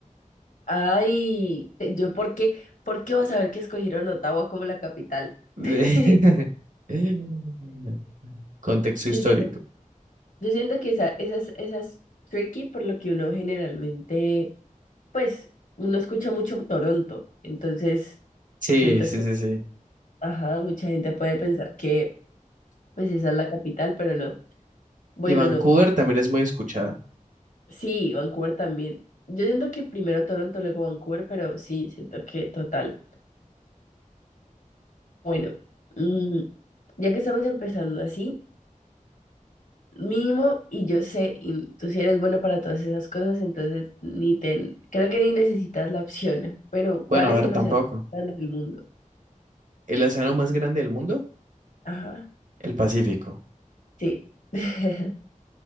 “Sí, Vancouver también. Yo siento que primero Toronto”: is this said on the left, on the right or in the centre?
Left